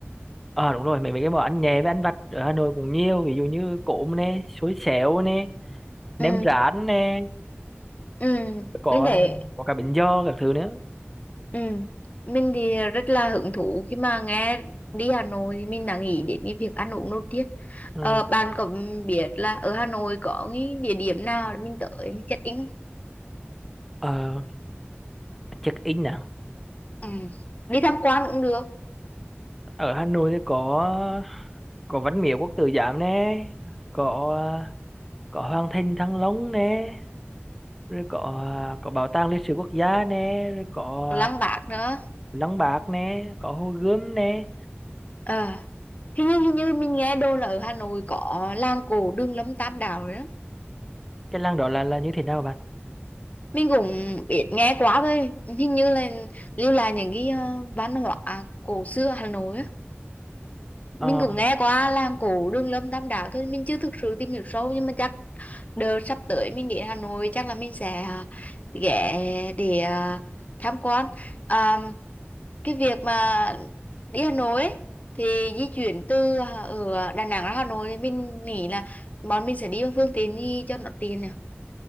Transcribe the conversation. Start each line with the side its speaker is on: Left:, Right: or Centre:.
Centre: à đúng rồi mấy mấy cái món ăn nhẹ với ăn vặt ở Hà Nội cũng nhiều ví dụ như cốm nè xôi xéo nè nem
Left: ừ.
Centre: rán nè
Left: ừ.
Centre: có
Left: mình thấy
Centre: có cả bánh giò các thứ nữa
Left: Ừ. Mình thì rất là hứng thú khi mà nghe đi Hà Nội thì mình đã nghĩ đến cái việc ăn uống đầu tiên.
Centre: ừ.
Left: Ờ, bạn có biết là ở Hà Nội có cái địa điểm nào để mình tới mình check in không?
Centre: Ờ, check in nào
Left: Ừ. Đi tham quan cũng được,
Centre: ở Hà Nội thì có có Văn Miếu Quốc Tử Giám nè có có Hoàng Thành Thăng Long nè rồi có có Bảo tàng Lịch sử Quốc gia nè rồi có
Left: Lăng Bác nữa.
Centre: Lăng Bác nè có Hồ Gươm nè
Left: Ờ. Hình như, hình như mình nghe đồn là ở Hà Nội có làng cổ Đường Lâm Tam Đảo nữa.
Centre: cái lăng đó là là như thế nào bạn
Left: Mình cũng biết nghe quá thôi. Hình như là lưu lại những cái ờ, văn hóa cổ xưa Hà Nội. á.
Centre: Ờ.
Left: mình cũng nghe qua làng cổ Đường Lâm Tam Đảo thôi mình chưa thực sự tìm hiểu sâu nhưng mà chắc đợt sắp tới mình đến Hà Nội chắc là mình sẽ à, ghé để à, tham quan à, cái việc mà đi Hà Nội ấy, thì di chuyển từ à, ở Đà Nẵng ra Hà Nội thì mình nghĩ là bọn mình sẽ đi bằng phương tiện đi cho nó tiền nè